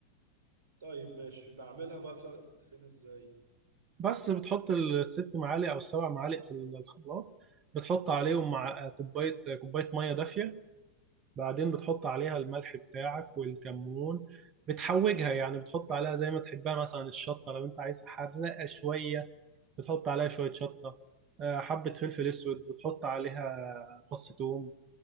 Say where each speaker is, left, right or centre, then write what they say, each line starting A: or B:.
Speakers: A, on the right; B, on the right.
A: طيب ماشي بعملها بقى سلطة الطحينة إزاي؟
B: بس بتحط الست معالق أو السبع معالق في الخلاط بتحط عليهم مع كوباية كوباية مية دافية بعدين بتحط عليها الملح بتاعك والكمون بتحوجها يعني بتحط عليها زي ما تحبها مثلا الشطة لو أنت عايز حرقة شوية بتحط عليها شوية شطة آه، حبة فلفل أسود بتحط عليها فص ثوم